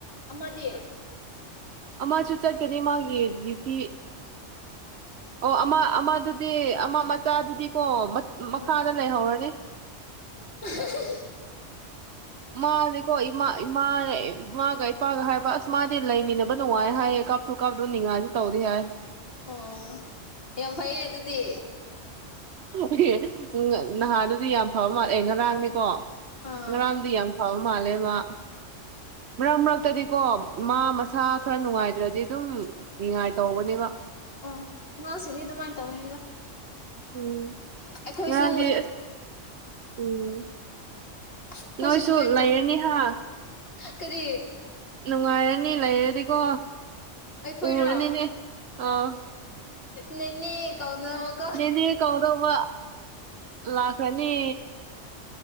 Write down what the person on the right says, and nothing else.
ꯑꯃꯥꯁꯨ ꯆꯠꯀꯅꯤ ꯃꯥꯒꯤ ꯗ꯭ꯌꯨꯇꯤ
ꯑꯣ ꯑꯃ ꯑꯃꯗꯨꯗꯤ ꯑꯃ ꯃꯆꯥꯗꯨꯗꯤ ꯀꯣ ꯃ
ꯃꯈꯥꯗ ꯂꯩꯍꯧꯔꯅꯤ
ꯃꯥꯗꯤꯀꯣ ꯏꯃꯥ ꯏꯃꯥꯅꯦ ꯏꯃꯥꯒ ꯏꯄꯥꯒ ꯍꯥꯏꯕ ꯑꯁ ꯃꯥꯗꯤ ꯂꯩꯃꯤꯟꯅꯕ ꯅꯨꯡꯉꯥꯏ ꯍꯥꯏꯌꯦ ꯀꯞ ꯁ꯭ꯀꯨꯜ ꯀꯥꯕꯗꯣ ꯅꯤꯡꯉꯥꯏꯖꯨ ꯇꯧꯗꯦ ꯍꯥꯏ
ꯍꯣꯏꯍꯦ ꯅꯍꯥꯟꯗꯨꯗꯤ ꯌꯥꯝ ꯐꯕ ꯃꯥꯜꯂꯦ ꯑꯦ ꯉꯔꯥꯡꯅꯤꯀꯣ
ꯉꯔꯥꯡꯗꯤ ꯌꯥꯝ ꯐꯕ ꯃꯥꯜꯂꯦ ꯃꯥ ꯃꯔꯛ ꯃꯔꯛꯇꯗꯤꯀꯣ ꯃꯥ ꯃꯁꯥ ꯈꯔ ꯅꯨꯡꯉꯥꯏꯇ꯭ꯔꯗꯤ ꯗꯨꯝ ꯅꯤꯡꯉꯥꯏ ꯇꯧꯕꯅꯦꯕ
ꯎꯝ
ꯉꯔꯥꯡꯗꯤ ꯎꯝ
ꯅꯣꯏꯁꯨ
ꯂꯩꯔꯅꯤ
ꯍꯥ
ꯅꯨꯡꯉꯥꯏꯔꯅꯤ ꯂꯩꯔꯗꯤꯀꯣ
ꯎꯔꯅꯤꯅꯦ ꯑꯥꯎ
ꯅꯦꯅꯦ ꯀꯧꯗꯧꯕ ꯂꯥꯛꯈ꯭ꯔꯅꯤ